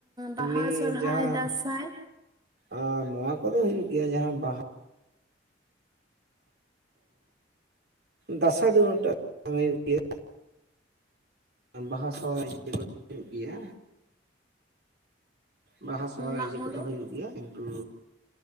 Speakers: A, on the right (about 25°); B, on the right (about 60°).
A: ᱵᱟᱦᱟ
B: ᱮᱢᱱᱤ
A: ᱥᱚᱨᱦᱟᱭ
B: ᱡᱟᱦᱟᱸ
A: ᱫᱟᱸᱥᱟᱭ
B: ᱟᱸ ᱱᱚᱣᱟ ᱠᱚᱫᱚ ᱦᱩᱭᱩᱜ ᱜᱮᱭᱟ ᱡᱟᱦᱟᱸ ᱵᱟᱦᱟ ᱫᱟᱥᱟᱸᱭ ᱫᱚ ᱩᱱᱟᱹᱜ ᱴᱟᱜ ᱵᱟᱝ ᱦᱩᱭᱩᱜ ᱜᱮᱭᱟ ᱵᱟᱦᱟ ᱥᱚᱦᱨᱟᱭ ᱤᱱᱠᱟᱹ ᱫᱚ ᱦᱩᱭᱩᱜ ᱜᱮᱭᱟ ᱵᱟᱦᱟ ᱥᱚᱦᱨᱟᱭ
A: ᱢᱟᱜ
B: ᱤᱭᱟᱹ
A: ᱢᱚᱬᱮ
B: ᱠᱚᱫᱚ ᱦᱩᱭᱩᱜ ᱜᱮᱭᱟ ᱠᱤᱱᱛᱩ